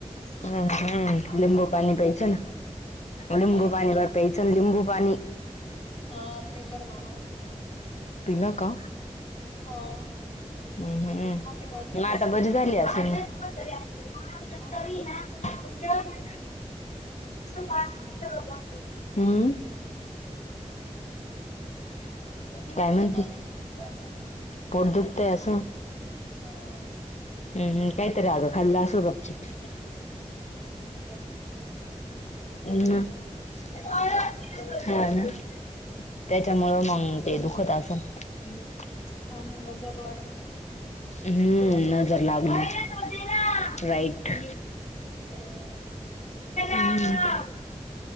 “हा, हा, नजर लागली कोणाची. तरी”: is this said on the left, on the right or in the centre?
Left